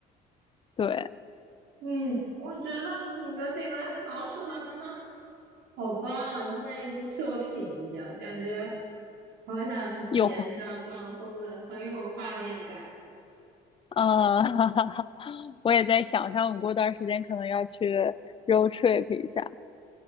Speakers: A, on the left (about 30°); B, on the right (about 90°).
A: 对，
B: 嗯，我觉得你的这个 <laughs> 描述的真的好棒啊，就像一部作品一样，感觉好想去体验这样放松的，
A: 有。
B: 很有画面感。
A: 嗯，<laughs> 我也在想，像我过段儿时间可能要去 road trip 一下。